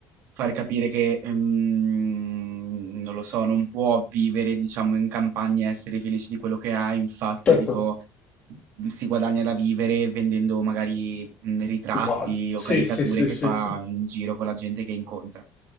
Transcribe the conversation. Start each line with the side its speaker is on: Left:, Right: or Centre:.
Right: far capire che, ehm, non lo so, non può vivere, diciamo, in campagna e essere felice di quello che ha. Infatti,
Left: certo.
Right: tipo, si guadagna da vivere vendendo magari mm, ritratti
Left: Uguale. Sì,
Right: o caricature
Left: sì, sì,
Right: che
Left: sì,
Right: fa
Left: sì.
Right: in giro con la gente che incontra.